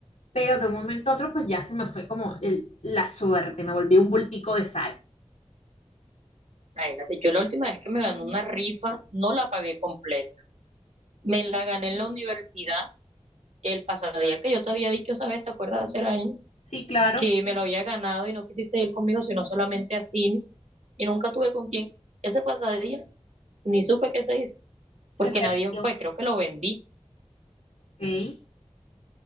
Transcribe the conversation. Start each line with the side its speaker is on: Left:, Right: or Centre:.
Left: Pero de un momento a otro, pues ya se me fue como el- la suerte, me volví un bultico de sal.
Right: Imagínate, yo la última vez que me gané una rifa, no la pagué completa. Me la gané en la universidad el pasado día que yo te había dicho esa vez, ¿te acuerdas? Hace años,
Left: Sí, claro,
Right: que me lo había ganado y no quisiste ir conmigo, sino solamente a cine. Y nunca tuve con quién. Ese pasadía ni supe qué se hizo, porque
Left: se perdió.
Right: nadie fue. Creo que lo vendí.
Left: Ok,